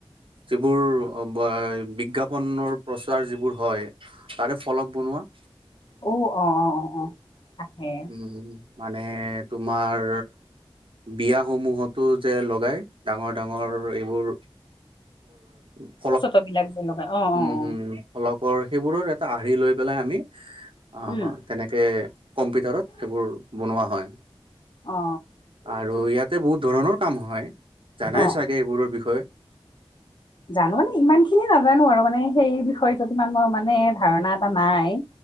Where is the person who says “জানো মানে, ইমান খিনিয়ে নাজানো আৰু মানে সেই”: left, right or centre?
Left